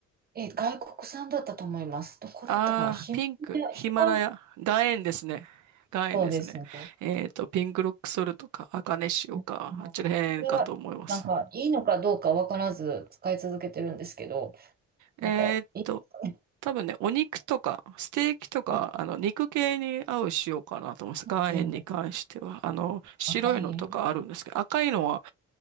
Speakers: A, on the right; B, on the right.
A: え、外国産だったと思います。どこだったかなヒマラヤ、
B: ああー、ピンク、ヒマラヤ、
A: ヒマ
B: 岩塩ですね。岩塩ですね。
A: そうですね。
B: えっと、ピンクロックソルトか、アカネ塩か、
A: うん
B: あっちらへんかと思います。
A: これは、なんか、いいのかどうかわからず使い続けてるんですけど、なんか、
B: えっと、
A: いいですかね。
B: 多分ね、お肉とか、ステーキとか、
A: あ、
B: あの、肉系に合う塩かなと思います。岩塩に関しては。
A: いいんです。
B: あの、白いのとかあるんですけど、
A: 赤い円。
B: 赤いのは